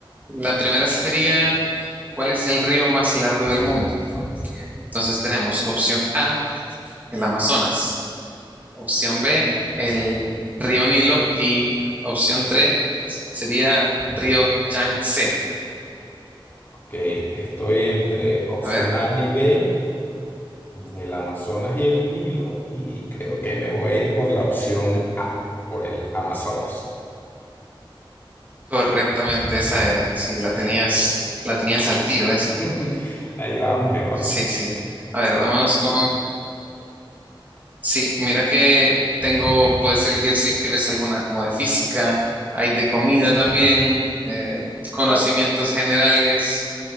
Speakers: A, on the right; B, on the left.
A: La primera sería, ¿cuál es el río más largo del mundo? Entonces tenemos opción A, el Amazonas, opción B, el río Nilo y opción 3 sería río Yangtze.
B: Ok, estoy entre opción
A: A ver,
B: A y B, entre el Amazonas y el Nilo, y creo que me voy a ir por la opción A, por el Amazonas.
A: correctamente esa era. Sí,
B: Bien.
A: la tenías, la tenías al tiro esa.
B: <laughs> Ahí vamos, ahí vamos.
A: Sí, sí. A ver, vámonos con... Sí, mira que tengo, puedes elegir si quieres alguna como de física, hay de comida también, eh, conocimientos
B: Ah,
A: generales,